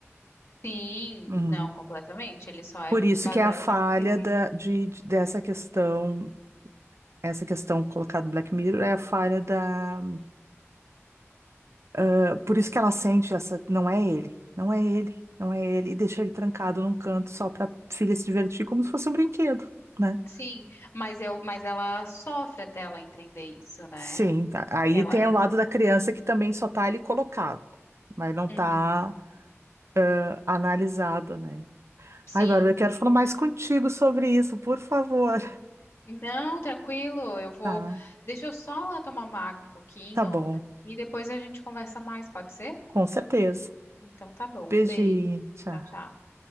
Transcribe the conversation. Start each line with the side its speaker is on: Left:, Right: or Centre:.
Left: Sim,
Right: Uhum.
Left: não, completamente. Ele só é
Right: Por isso
Left: baseado
Right: que é a falha
Left: naquilo que existe.
Right: da, de, de- dessa questão, essa questão colocada no Black Mirror é a falha da. eh, Por isso que ela sente essa. Não é ele, não é ele, não é ele. E deixa ele trancado num canto só para filha se divertir como se fosse um brinquedo, né?
Left: Sim, mas eu, mas ela sofre até ela entender isso, né?
Right: Sim, tá. Aí
Left: Ela
Right: tem
Left: é.
Right: o lado da criança que também só tá ali colocado, mas não tá
Left: Uhum.
Right: eh, analisado, né?
Left: Sim,
Right: Ai, Bárbara, eu quero
Left: sim.
Right: falar mais contigo sobre isso, por favor.
Left: Não, tranquilo, eu vou.
Right: Tá.
Left: Deixa eu só lá tomar uma água um pouquinho
Right: Tá bom,
Left: e depois a gente conversa mais, pode ser?
Right: com certeza.
Left: Então tá bom.
Right: Beijinho,
Left: Um beijo.
Right: tchau.
Left: Tchau, tchau.